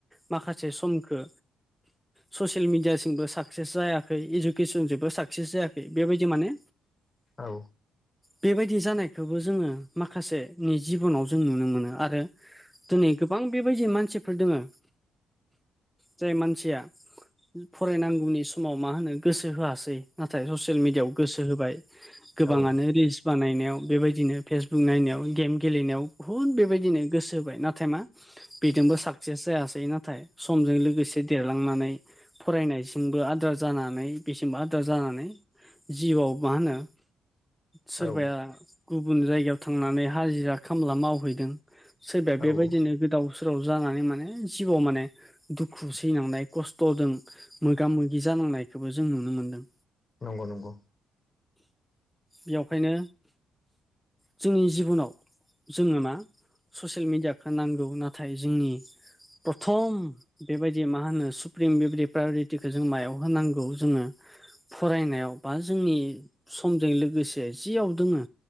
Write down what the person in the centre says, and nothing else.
माखासे समखो ससियेल मिडियासिमबो साक्सेस जायाखै इजु खेसन जोबो साक्सेस जायाखै बेबायदि माने।
बेबायदि जानायखौबो जोङो माखासेनि जिबनाव जों नुनो मोनो आरो। दिनै गोबां बेबायदि मानसिफोर दोङो जाय मानसिया। फरायनांगौनि समाव मा होनो। गोसो होआसै नाथाय ससियेल मिडियाआव गोसो होबाय गोबाङानो
रिल्स बानायनायनायाव बेबायदिनो फेसबुक नायनायाव गेम गेलेनायाव बुहुद बेबायदिनो गोसो होबाय नाथाय मा। बेजोंबो साक्सेस जायासै नाथाय समजों लोगोसे देरलांनानै। फरायनायसिमबो आद्रा जानानै। बेसेमबा आदार जानानै जिउआव मा होनो सोरबाया।
गुबुन जायगायाव थांनानै हाजिरा खामला मावहैदों सोरबाया बेबायदिनो
गोदाव। फोराव जानानै माने जिवआव माने दुखु सैनांनाय खस्थदों मोगा मोगि जानांनायखौबो जों नुनो मोन्दों।
बेवखायनो जोंनि जिबनाव। जोङो मा ससियेल मेडियाखौ नांगौ नाथाय जोंनि। प्रथम बेबायदि मा होनो सुप्रिम बेबायदि प्रायरिटिखौ जों मायाव होनांगौ। खौ जोङो फरायनायाव बा जोंनि समजों लोगोसे जियाव दोङो।